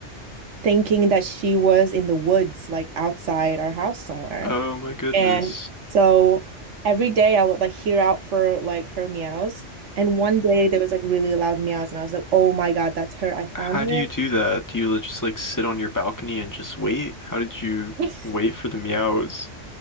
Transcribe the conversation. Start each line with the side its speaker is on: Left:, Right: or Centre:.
Right: thinking that she was in the woods, like outside our house somewhere.
Left: Oh my goodness.
Right: And so every day I would like hear out for like her meows. And one day there was like really loud meows, and I was like, "Oh my God, that's her! I found
Left: How
Right: her."
Left: do you do that? Do you li- just like sit on your balcony and just wait? How did you
Right: <laughs>
Left: wait for the meows?